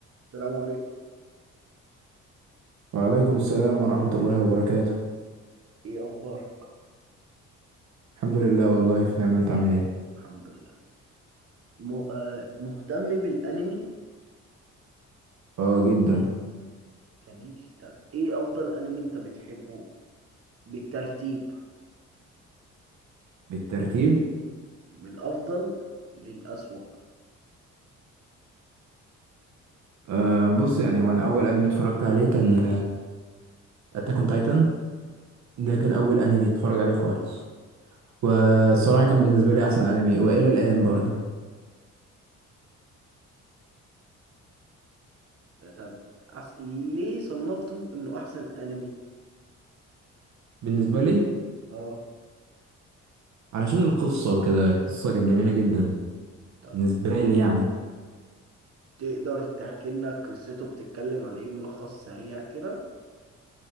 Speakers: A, on the right; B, on the right.
A: السلام عليكم
B: وعليكم السلام ورحمة الله وبركاته
A: ايه اخبارك
B: الحمد لله والله في نعمة انت عامل ايه
A: الحمد لله م... آه مهتم بالانمي
B: اه جدا
A: جميل طب ايه افضل انمي انت بتحبه بالترتيب
B: بالترتيب
A: من الافضل للاسوأ
B: آه بص يعني هو انا اول انمي اتفرجت عليه كان اتاك اون تايتن ده
A: جميل
B: كان اول انمي اتفرج عليه خالص والصراحة كان بالنسبة لي احسن انمي والى الان برضو
A: طب أحس... ليه صنفته انه احسن انمي
B: بالنسبة لي
A: اه
B: علشان القصة وكده القصة كانت جميلة جدا
A: طب
B: بالنسبة لي يعني
A: تقدر تحكي لنا قصته بتتكلم عن ايه ملخص سريع كده